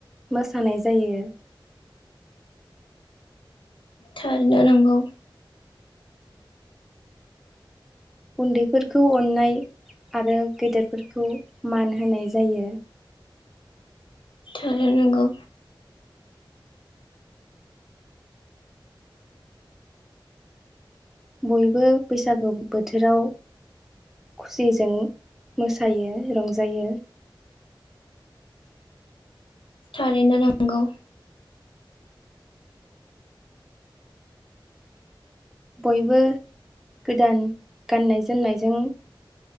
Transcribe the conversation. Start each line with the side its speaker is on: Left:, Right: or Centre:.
Centre: मोसानाय जायो
Left: थारैनो नांगौ
Centre: उन्दैफोरखौ अननाय आरो गेदेरफोरखौ मान होनाय जायो
Left: उ उ उ नांगौ
Centre: बयबो बैसागु बोथोराव खुसिजों मोसायो रंजायो
Left: थारैनो नंगौ
Centre: बयबो गोदान गाननाय जोमनायजों